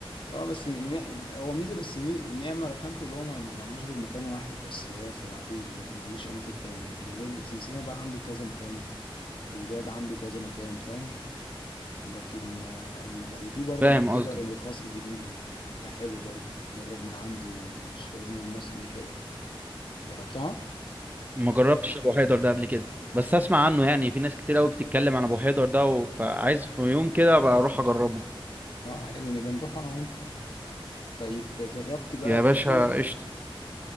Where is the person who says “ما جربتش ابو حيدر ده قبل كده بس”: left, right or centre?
Right